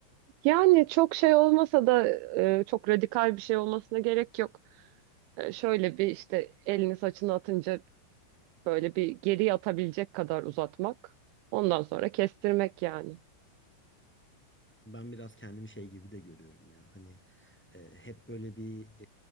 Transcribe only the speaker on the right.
Yani çok şey olmasa da e, çok radikal bir şey olmasına gerek yok. E, şöyle bir işte elini saçını atınca Böyle bir geri atabilecek kadar uzatmak. Ondan sonra kestirmek yani.